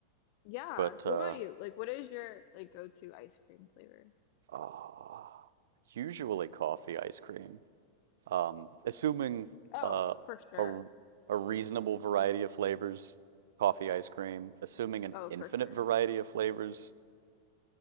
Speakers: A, on the left; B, on the right.
A: Yeah.
B: but
A: What
B: uh,
A: about you? Like what is your like go-to ice cream flavor?
B: ah, usually coffee ice cream. Um, assuming
A: Oh,
B: uh,
A: for sure.
B: a r- a reasonable variety of flavors, coffee ice cream. Assuming an
A: Oh,
B: infinite
A: for sure.
B: variety of flavors.